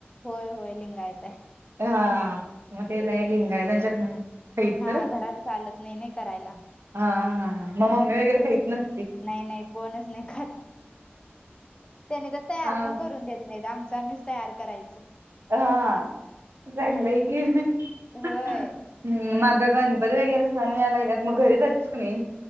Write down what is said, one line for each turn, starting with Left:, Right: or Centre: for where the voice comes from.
Left: होय होय लिंगायत हाय.
Right: हा म ते लय लिंगायत्यांच्यात नाय खाईत
Left: हा
Right: खरं
Left: घरात चालत नई नय करायला.
Right: हा हा म मम्मी वगैरे खाईत नस
Left: नाय नाय कोणच नाय खात त्यांनी तर तयार
Right: हा
Left: पण करून देत नाईत आमचं आम्हीच तयार करायचं.
Right: हा चांगलंय की हम्
Left: होय
Right: म आता गणपती वगैरे सण यायला लागल्यात म घरी जातेस का नाही.